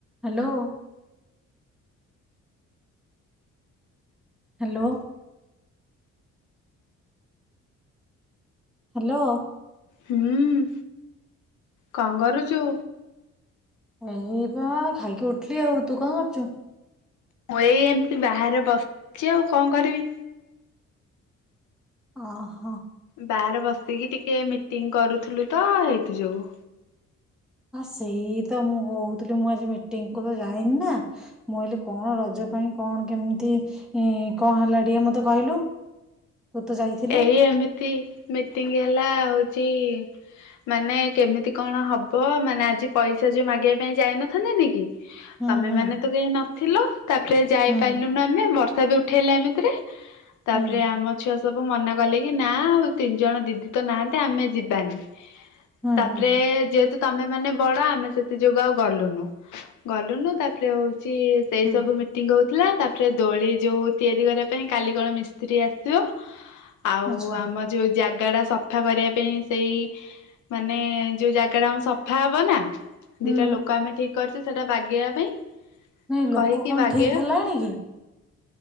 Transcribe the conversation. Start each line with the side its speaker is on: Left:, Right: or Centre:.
Centre: Hello. Hello. Hello.
Left: ହୁଁ କଣ କରୁଛୁ।
Centre: ଏଇ ବା ଖାଇକି ଉଠିଲି ଆଉ ତୁ କଣ କରୁଛୁ।
Left: ମୁଁ ଏଇ ଏମତି ବାହାରେ ବସିଛି ଆଉ କଣ କରିବି।
Centre: ହଁ।
Left: ବାହାରେ ବସିକି ଟିକେ ମିଟିଂ କରୁ। ଥିଲୁ ତ ହେଇଥିଯୋଗୁ
Centre: ଆ ସେଇ ତ ମୁଁ କହୁଥିଲି ମୁଁ ଆଜି ମିଟିଙ୍ଗ୍ କୁ ତ ଯାଇନି ନା। ମୁଁ କହିଲି କଣ ରଜ ପାଇଁ କଣ କେମିତି ଇ-ଇ କଣ ହେଲା ଟିକେ ମତେ କହିଲୁ। ତୁ ତ ଯାଇଥିଲୁ
Left: ଏଇ ଏମିତି ମିଟିଙ୍ଗ୍ ହେଲା ଆଉ ଚି ମାନେ କେମିତି କଣ ହବ ମାନେ ଆଜି ପଇସା ଯୋଉ ମାଗିବା ପାଇଁ ଯାଇନଥାନ୍ତେନିକି।
Centre: ହୁଁ
Left: ତମେମାନେ
Centre: ହୁଁ
Left: ତ କେହି ନଥିଲ ତାପରେ ଯାଇପାରିଲୁନୁ
Centre: ହୁଁ
Left: ଆମେ। ବର୍ଷା ବି ଉଠେଇଲା ଏମିତିରେ। ତାପରେ
Centre: ହୁଁ
Left: ଆମ ଛୁଆ ସ ସବୁ ମନା କଲେ କି ନା ଆଉ ତିନିଜଣ ଦିଦି ତ ନାହାନ୍ତି ଆମେ ଯିବାନି।
Centre: ହୁଁ
Left: ତାପରେ
Centre: ହୁଁ
Left: ଯେହେତୁ ତମେମାନେ ବଡ ଆମେ ସେଥି ଯୋଗୁ ଆଉ ଗଲୁନୁ। ଗଲୁନୁ ତାପରେ ହଉ ସିଏ ସେଇ
Centre: ହୁଁ
Left: ସବୁ ମିଟିଙ୍ଗ୍ ହଉ ଥିଲା ତାପରେ ଦୋଳି ଯୋଉ ତିଆରି କରିବା ପାଇଁ କାଲି କଣ ମିସ୍ତ୍ରୀ ଆସିବ। ଆଉ
Centre: ଆଚ୍ଛା
Left: ଆମ ଯୋଉ ଜାଗା ଟା ସଫ୍ ସଫା କରିବା ପାଇଁ ସେଇ ମାନେ ଯୋଉ ଜାଗା ଟା ଆମ ସଫା ହବ ନା।
Centre: ହୁଁ
Left: ଦିଟା ଲୋକ ଆମେ ଠିକ କର ସେ ସେଟା ବାଗେଇବା ପାଇଁ
Centre: ନାଇ ଲୋକ
Left: କହିକି
Centre: କଣ
Left: ବାଗେଇବା
Centre: ଠିକ ହେଲାଣି କି।